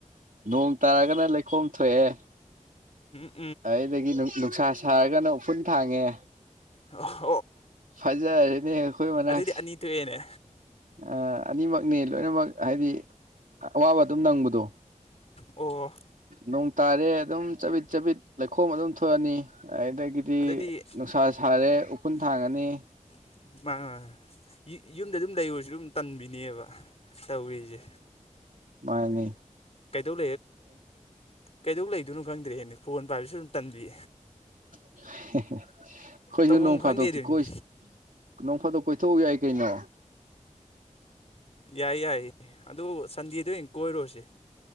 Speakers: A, on the right; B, on the left.
A: ꯅꯣꯡ ꯇꯥꯔꯒꯅ ꯂꯩꯈꯣꯝ ꯊꯣꯛꯑꯦ꯫
B: ꯎꯝ꯫
A: ꯑꯩꯗꯒꯤ ꯅꯨꯡꯁꯥ ꯁꯥꯔꯒꯅ ꯎꯐꯨꯜ ꯊꯥꯡꯉꯦ꯫
B: ꯑꫭ꯫
A: ꯐꯖꯔꯦꯅꯦ ꯑꯈꯣꯏ ꯃꯅꯥꯛꯁꯤ꯫
B: ꯑꯗꯨꯗꯤ ꯑꯅꯤ ꯊꯣꯛꯑꯦꯅꯦ
A: ꯑ ꯑꯅꯤꯃꯛꯅꯤ ꯂꯣꯏꯅꯃꯛ ꯍꯥꯏꯗꯤ ꯑꯋꯥꯕ ꯑꯗꯨꯝ ꯅꯪꯕꯗꯣ꯫
B: ꯑꯣ
A: ꯅꯣꯡ ꯇꯥꯔꯦ ꯑꯗꯨꯝ ꯆꯕꯤꯠ-ꯆꯕꯤꯠ ꯂꯩꯈꯣꯝ ꯑꯗꯨꯝ ꯊꯣꯛꯑꯅꯤ꯫ ꯑꯩꯗꯒꯤꯗꯤ
B: ꯑꯗꯨꯗꯤ
A: ꯅꯨꯡꯁꯥ ꯁꯥꯔꯦ ꯎꯐꯨꯟ ꯊꯥꯡꯉꯅꯤ
B: <unintelligible> ꯌꯨ ꯌꯨꯝꯗ ꯑꯗꯨꯝ ꯂꯩꯔꯨꯔꯁꯨ ꯑꯗꯨꯝ ꯇꯟꯕꯤꯅꯦꯕ ꯇꯧꯔꯤꯁꯦ꯫
A: ꯃꯥꯥꯅꯦ꯫
B: ꯀꯩꯗꯧ ꯀꯩꯗꯧ ꯂꯩꯗꯣꯏꯅꯣ ꯈꯪꯗ꯭ꯔꯦꯅꯦ ꯐꯣꯟ ꯄꯥꯏꯕꯁꯨ ꯑꯗꯨꯝ ꯇꯥꯜꯕꯤ
A: ꯍꯤ ꯍꯤ ꯑꯩꯈꯣꯏꯁꯨ
B: ꯇꯧꯐꯝ
A: ꯅꯣꯡ
B: ꯈꯪꯗꯦ
A: ꯐꯥꯗꯣꯛꯇꯤ
B: ꯑꯗꯨꯅꯤ
A: ꯀꯣꯏ ꯅꯣꯡ ꯐꯥꯗꯣꯛ ꯀꯣꯏꯊꯣꯛꯎꯨ ꯌꯥꯏ ꯀꯩꯅꯣ
B: ꯌꯥꯏ ꯌꯥꯏ ꯑꯗꯨ ꯁꯟꯗꯦꯗꯥ ꯑꯣꯢꯅ ꯀꯣꯏꯔꯨꯔꯁꯦ